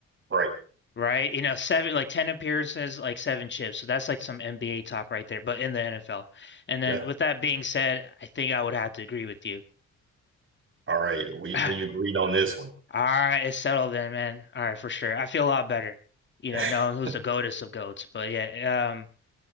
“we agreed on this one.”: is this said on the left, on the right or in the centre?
Right